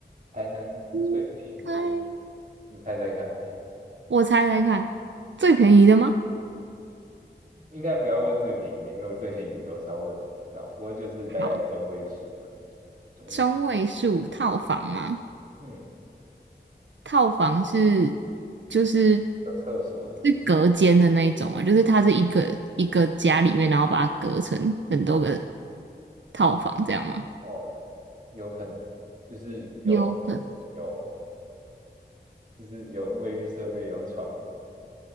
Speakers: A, on the right (about 45°); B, on the right (about 85°).
A: 台南最便宜的，
B: 应该
A: 你猜猜看？
B: 我猜猜看，最便宜的吗？
A: 应该不要问最便宜的，因为我最便宜多少我也不知道，不过就是大概中位数吧，
B: 好，
A: 中位，
B: 中位数套房吗？
A: 嗯，
B: 套房是就是
A: 有厕所的，
B: 是隔间的那一种啊，就是它是一个一个家里面，然后把它隔成很多个套房，这样吗？
A: 哦，有可能就是有厕所，
B: 有很
A: 有就是有卫浴设备，有床，